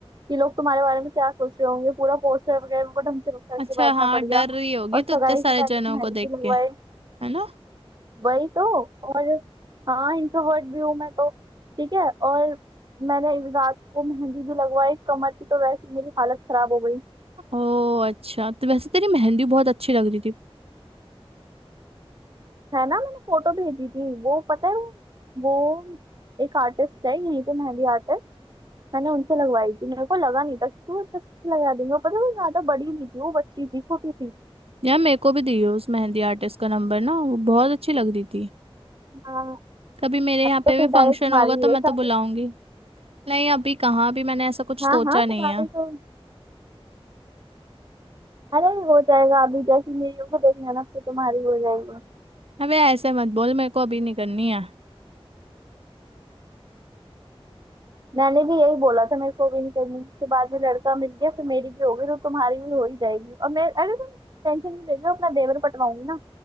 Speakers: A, on the right; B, on the right.
A: कि लोग तुम्हारे बारे में क्या सोच रहे होंगे पूरा पोस्टर वगैरह उनको ढंग से करके
B: अच्छा
A: बैठना
B: हाँ
A: पड़ गया
B: डर रही होगी
A: और
B: तो
A: सगाई
B: इतने सारे
A: से पहले
B: जनों
A: मेहंदी
B: को देख
A: भी लगवाए
B: के है ना
A: वही तो और हाँ इंट्रोवर्ट भी हूँ मैं तो ठीक है और मैंने इस रात को मेहंदी भी लगवाई कमर की तो वैसे ही मेरी हालत खराब हो गई
B: ओ अच्छा तो वैसे तेरी मेहंदी बहुत अच्छी लग रही थी
A: है ना मैंने फोटो भेजी थी वो पता है वो वो एक आर्टिस्ट है यहीं पे मेहंदी आर्टिस्ट मैंने उनसे लगवाई थी मेरे को लगा नहीं था कि वो इतना अच्छा लगा देंगे और पता है वो ज्यादा बड़ी नहीं थी वो बच्ची थी छोटी सी
B: यार मेरे को भी दी हो उस मेहंदी आर्टिस्ट का नंबर ना वो बहुत अच्छी लग रही थी
A: हाँ
B: कभी मेरे यहाँ
A: अब तो
B: पे
A: फिर
B: भी फंक्शन
A: डायरेक्ट तुम्हारी
B: होगा तो
A: ही है
B: मैं
A: शादी
B: तो बुलाऊंगी नहीं अभी कहाँ भी मैंने ऐसा कुछ
A: हाँ
B: सोचा
A: हाँ
B: नहीं
A: तुम्हारी
B: है
A: तो अरे हो जाएगा अभी जैसे मेरी को देख लेना फिर तुम्हारी हो जाएगी
B: अबे ऐसे मत बोल मेरे को अभी नहीं करनी है
A: मैंने भी यही बोला था मेरे को भी नहीं करनी फिर बाद में लड़का मिल गया फिर मेरी भी होगी तो तुम्हारी भी हो ही जाएगी और मैं अरे तुम टेंशन नहीं ले लो अपना देवर पटवाऊंगी ना